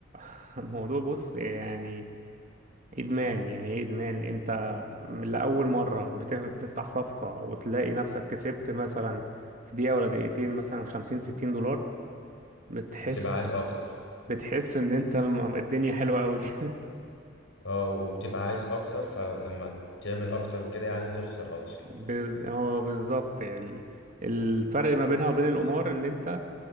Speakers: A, on the right; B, on the left.
A: <laughs> الموضوع بص يعني ادمان يعني ايه ادمان انت من لأول مرة بتف- بتفتح صفقة وتلاقي نفسك كسبت مثلا في دقيقة ولا دقيقتين مثلا خمسين ستين دولار بتحس
B: بتبقى عايز اكتر
A: بتحس ان انت الم- الدنيا حلوة قوي <laughs>
B: اه وبتبقى عايز اكتر فلما تعمل اكتر وكده يعني تخسر اصلا
A: بز... هو بالظبط ال... الفرق ما بينها وبين القمار ان انت